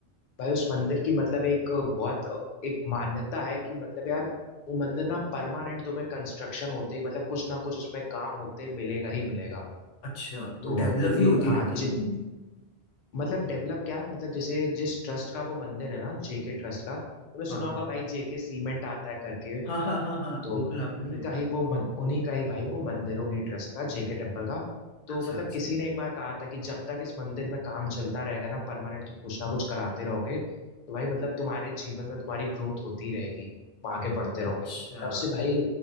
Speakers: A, on the left (about 55°); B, on the left (about 85°).
A: भाई उस मंदिर की मतलब एक बहुत एक मान्यता है कि मतलब यार वो मंदिर ना परमानेंट तुम्हें कंस्ट्रक्शन होते ही मतलब कुछ ना कुछ उसमें काम होते मिलेगा ही मिलेगा
B: अच्छा वो
A: तो
B: डेवलप
A: क्योंकि
B: ही होती
A: हाँ
B: रहती है
A: जि,
B: वो मूवी
A: मतलब डेवलप क्या मतलब जैसे जिस ट्रस्ट का वो मंदिर है ना जेके ट्रस्ट का तुमने सुना
B: हाँ हाँ
A: होगा भाई जेके सीमेंट आता है करके
B: हाँ हाँ हाँ हाँ
A: तो
B: बिल्कुल आपने
A: उन्हीं
B: सही
A: का
B: कहा
A: ही वो मन उन्हीं का ही भाई वो मंदिर है उन्हीं ट्रस्ट का जेके टेम्पल का तो
B: अच्छा
A: मतलब
B: अच्छा
A: किसी ने एक बार कहा था कि जब तक इस मंदिर में काम चलता रहेगा ना परमानेंट तुम कुछ ना कुछ कराते रहोगे तो भाई मतलब तुम्हारे जीवन में तुम्हारी ग्रोथ होती रहेगी तुम आगे बढ़ते
B: अच्छा
A: रहोगे तब से भाई